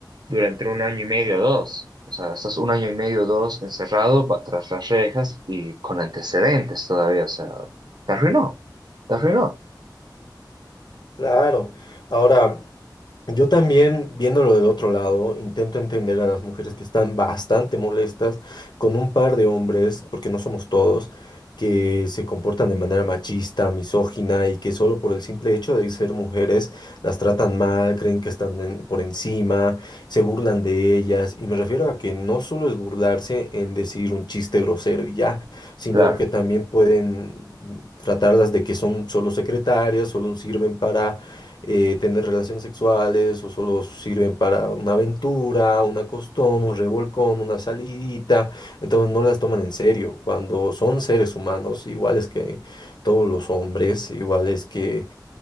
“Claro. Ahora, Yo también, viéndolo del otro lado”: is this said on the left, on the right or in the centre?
Left